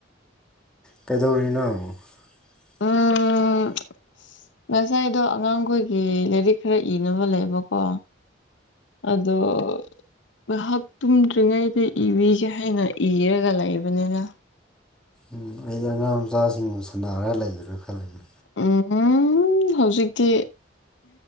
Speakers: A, in the centre; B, on the left.
A: ꯀꯩꯗꯧꯔꯤꯅꯣ <inaudible>
B: ꯎꯝ
A: <unintelligible>
B: ꯉꯁꯥꯏꯗꯣ ꯑꯉꯥꯡꯈꯣꯏꯒꯤ ꯂꯥꯏꯔꯤꯛ ꯈꯔ ꯏꯅꯕ ꯂꯩꯕꯀꯣ ꯑꯗꯣ ꯉꯥꯏꯍꯥꯛ ꯇꯨꯝꯗ꯭ꯔꯤꯉꯩꯗ ꯏꯕꯤꯒꯦ ꯍꯥꯏꯅ ꯏꯔꯒ ꯂꯩꯕꯅꯤꯅ
A: ꯎꯝ ꯑꯩ ꯑꯉꯥꯡ ꯃꯆꯥꯁꯤꯡꯕꯨ ꯁꯨꯅꯥꯔꯒ ꯂꯩꯒꯔꯥ ꯈꯜꯂꯤꯅꯦ
B: ꯎꯝ ꯍꯧꯖꯤꯛꯇꯤ